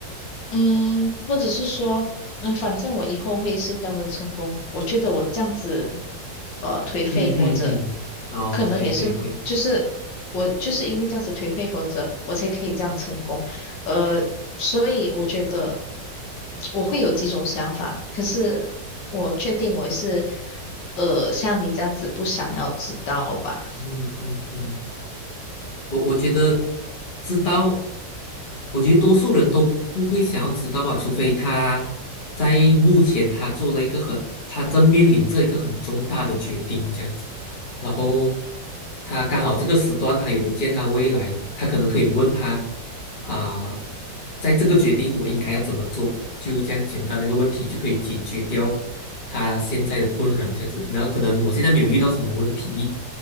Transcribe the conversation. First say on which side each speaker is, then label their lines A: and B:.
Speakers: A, on the left (about 75°); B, on the left (about 30°).
A: 嗯，或者是说，嗯，反正我以后会是那么成功。我觉得我这样子，呃，颓废或者
B: 嗯嗯嗯，哦，
A: 可能也是，
B: 对对对，
A: 就是我就是因为这样子颓废或者我才可以这样成功。呃，所以我觉得我会有几种想法，可是我确定我是，呃，像你这样子不想要知道吧。
B: 嗯嗯嗯。我我觉得知道，我觉得多数人都不会想要知道吧，除非他在目前他做了一个很，他正面临着一个很重大的决定这样子。然后他刚好这个时段他有的见他未来，他可能可以问他啊、在这个决定我应该要怎么做，就这样简单的一个问题就可以解决掉他现在的困扰，这样子。然后可能我现在没有遇到什么问题，